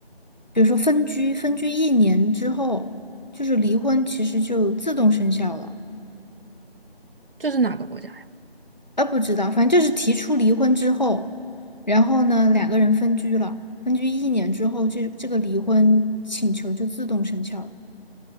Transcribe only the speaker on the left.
比如说分居，分居一年之后，就是离婚其实就自动生效了。
啊，不知道，反正就是提出离婚之后，然后呢，两个人分居了，分居一年之后，这这个离婚请求就自动生效了